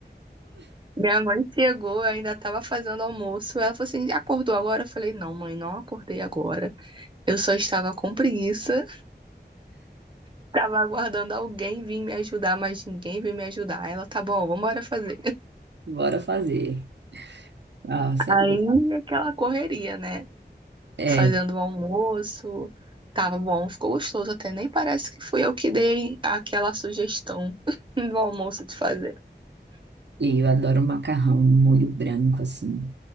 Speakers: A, on the right (about 25°); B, on the right (about 75°).
A: que minha mãe chegou, eu ainda estava fazendo almoço. Ela falou assim: acordou agora? Eu falei: não, mãe, não acordei agora. Eu só estava com preguiça, estava aguardando alguém vir me ajudar, mas ninguém veio me ajudar. Ela: tá bom, vamos embora fazer.
B: Bora fazer. Nossa,
A: Aí aquela correria, né?
B: é,
A: Fazendo o almoço. Tava bom, ficou gostoso até. Nem parece que fui eu que dei aquela sugestão <laughs> do almoço de fazer.
B: e eu adoro macarrão, um molho branco, assim.